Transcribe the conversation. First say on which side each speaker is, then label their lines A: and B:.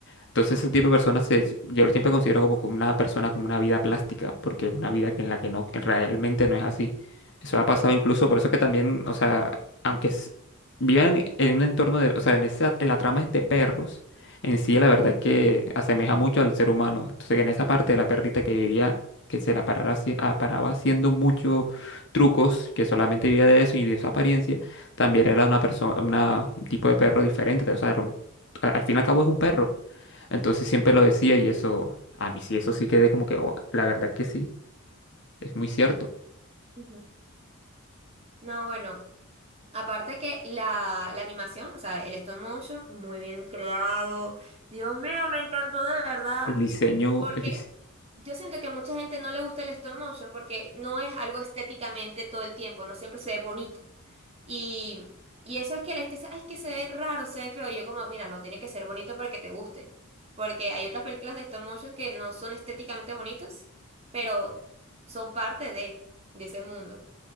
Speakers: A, on the left; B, on the right.
A: Entonces ese tipo de personas se- yo lo siempre considero como que una persona con una vida plástica, porque es una vida que en la que no que realmente no es así. Eso ha pasado incluso, por eso que también, o sea, aunque s- vivan en un entorno de, o sea, en esa, en la trama es de perros, en sí la verdad que asemeja mucho al ser humano. Entonces en esa parte de la perrita que vivía, que se la parara, haci- ah, paraba haciendo muchos trucos, que solamente vivía de eso y de su apariencia, también era una persona, un tipo de perro diferente. O sea, era un- a- al fin y al cabo es un perro. Entonces siempre lo decía y eso, a mí sí, eso sí quedé como que, "Oh, la verdad que sí, es muy cierto.
B: Ujú. No, bueno, aparte que la, la animación, o sea, el stop motion, muy bien creado. Dios mío, me encantó de verdad.
A: El diseño,
B: Porque
A: el dis-
B: yo siento que mucha gente no le gusta el stop motion porque no es algo estéticamente todo el tiempo, no siempre se ve bonito. Y, y eso es que la gente dice, ay, es que se ve raro, se ve feo. Y yo como, mira, no tiene que ser bonito para que te guste. Porque hay otras películas de stop motion que no son estéticamente bonitas, pero son parte de, de ese mundo.